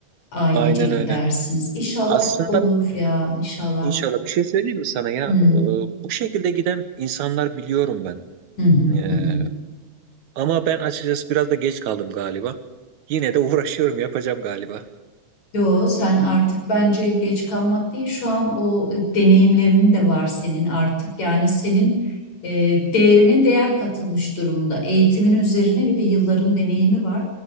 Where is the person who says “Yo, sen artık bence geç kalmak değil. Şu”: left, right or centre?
Left